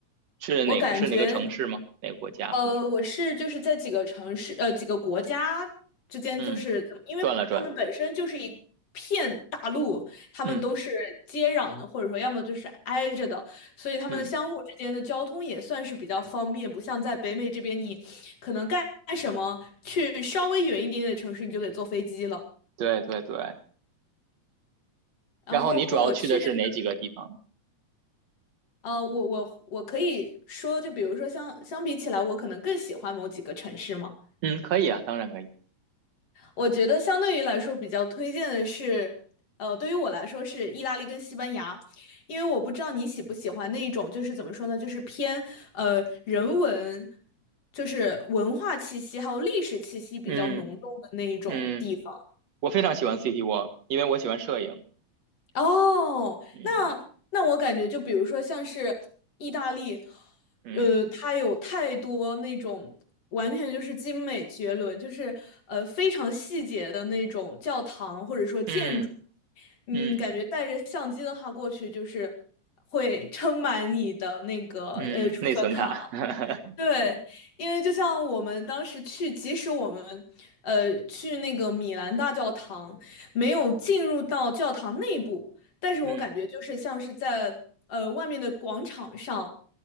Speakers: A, on the right; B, on the left.
A: 是哪个是哪个城市吗？
B: 我感觉，
A: 哪个国家？
B: 呃，我是就是在几个城市，呃，几个国家之间，
A: 嗯，
B: 就是怎么因为他们本身就是一片大陆，
A: 转了转。
B: 他们都是接壤的，
A: 嗯
B: 或者说要么就是挨着的，所以他们相互之间的交通也算是比较方便，
A: 嗯，
B: 不像在北美这边，你可能干干什么，去稍微远一点点的城市，你就得坐飞机了。
A: 对对对。
B: 然后我去的
A: 然后你主要去的是哪几个地方呢？
B: 呃，我我我可以说，就比如说相相比起来，我可能更喜欢某几个城市嘛。
A: 嗯，可以啊，当然可以。
B: 我觉得相对于来说，比较推荐的是，呃，对于我来说是意大利跟西班牙，因为我不知道你喜不喜欢那一种，就是怎么说呢，就是偏呃人文，就是文化气息还有历史气息比较浓重的那一种地方。
A: 嗯嗯。我非常喜欢 City Walk，因为我喜欢摄影。
B: 哦，
A: 嗯
B: 那那我感觉就比如说像是意大利，
A: 嗯
B: 呃，它有太多那种完全就是精美绝伦，就是呃非常细节的那种教堂或者说建筑，
A: 嗯
B: 嗯，
A: 嗯
B: 感觉带着相机的话过去就是会撑满你的那个呃储存卡。
A: 嗯，内存卡，<laughs>
B: 对，
A: 对，
B: 因为就像我们当时去，即使我们呃去那个米兰大教堂，没有进入到教堂内部，但是我感觉就是像是在呃外面的广场上
A: 嗯